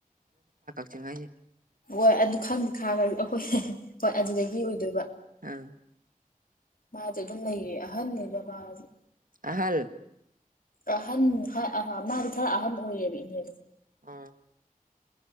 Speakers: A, on the right; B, on the left.
A: ꯆꯉꯥꯏꯁꯦ
B: ꯍꯣꯏ ꯑꯗꯨ ꯈꯪꯗꯦ ꯈꯥꯒ ꯑꯩꯈꯣꯏ ꯍꯣꯏ ꯑꯗꯨꯗꯒꯤ ꯑꯣꯏꯗꯣꯏꯕ
A: ꯑꯥ
B: ꯃꯥꯁꯦ ꯑꯗꯨꯝ ꯂꯩꯌꯦ ꯑꯍꯟꯅ ꯕꯕꯥꯁꯦ
A: ꯑꯍꯜ
B: ꯑꯍꯟ ꯑ ꯃꯥꯗꯤ ꯈꯔ ꯑꯍꯟ ꯑꯣꯏꯔꯌꯦꯕ ꯏꯅꯦ
A: ꯑꯣ